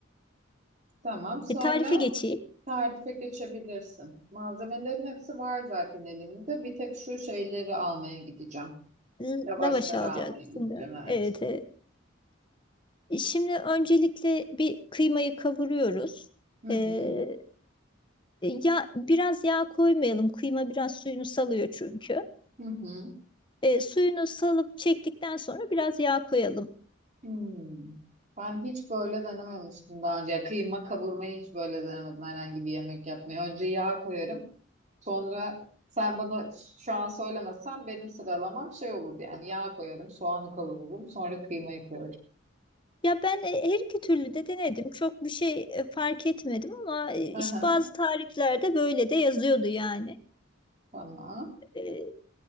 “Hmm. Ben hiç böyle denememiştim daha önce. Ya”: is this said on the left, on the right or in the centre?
Right